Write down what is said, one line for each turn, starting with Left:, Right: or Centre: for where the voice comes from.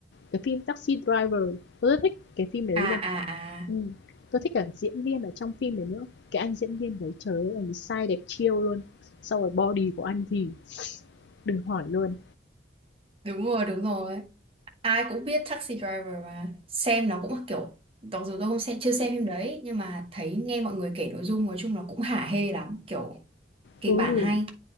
Left: cái phim Taxi Driver tôi rất thích cái phim đấy
Right: à
Left: luôn
Right: à à
Left: ừ. tôi thích cả diễn viên ở trong phim đấy nữa cái anh diễn viên đấy trời ơi anh sai đẹp chiêu luôn sau rồi body của anh thì đừng hỏi luôn
Right: đúng rồi đúng rồi ai cũng biết Taxi Driver mà xem nó cũng kiểu mặc dù tôi không xem chưa xem phim đấy nhưng mà thấy nghe mọi người kể nội dung nói chung là cũng hả hê lắm kiểu kịch
Left: ừ
Right: bản hay